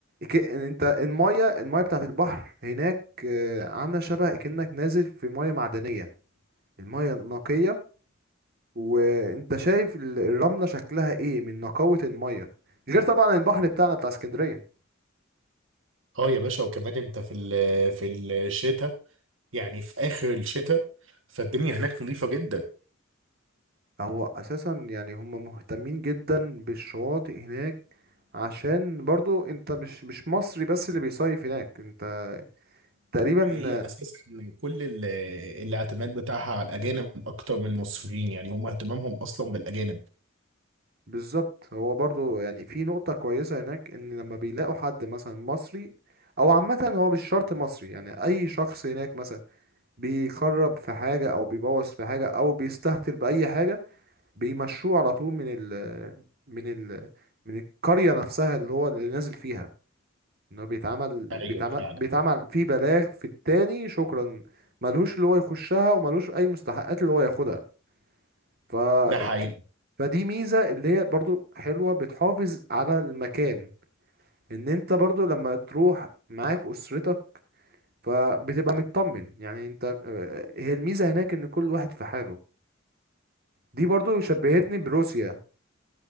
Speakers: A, on the right; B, on the right.
A: ك- انت الميه الميه بتاعت البحر هناك آه، عامله شبه كأنك نازل في ميه معدنيه الميه نقيه وانت شايف ال- الرمله شكلها ايه من نقاوه الميه غير طبعا البحر بتاعنا بتاع اسكندريه
B: اه يا باشا وكمان انت في ال- في الشتاء يعني في اخر الشتاء فالدنيا هناك نظيفه جدا
A: هو اساسا يعني هم مهتمين جدا بالشواطئ هناك عشان برضو انت مش مش مصري بس اللي بيصيف هناك انت تقريبا
B: هي اساسا كل ال- الاعتماد بتاعها على الاجانب اكتر من المصريين يعني هم اهتمامهم اصلا بالاجانب
A: بالظبط هو برضو يعني في نقطة كويسة هناك ان لما بيلاقوا حد مثلا مصري او عامة هو مش شرط مصري يعني اي شخص هناك مثلا بيخرب في حاجة او بيبوظ في حاجة او بيستهتر بأي حاجة بيمشوه على طول من ال من ال من القرية نفسها اللي هو اللي نازل فيها ان هو بيتعمل
B: ايوه
A: بيتعمل
B: فعلا
A: بيتعمل في بلاغ في التاني شكرا ملهوش اللي هو يخشها وملهوش اي مستحقات اللي هو ياخدها ف
B: ده حقيقي
A: ك- فدي ميزة اللي هي برضو حلوة بتحافظ على المكان ان انت برضو لما تروح معاك اسرتك فبتبقى مطمن يعني انت آه، هي الميزة هناك ان كل واحد في حاله دي برضو شبهتني بروسيا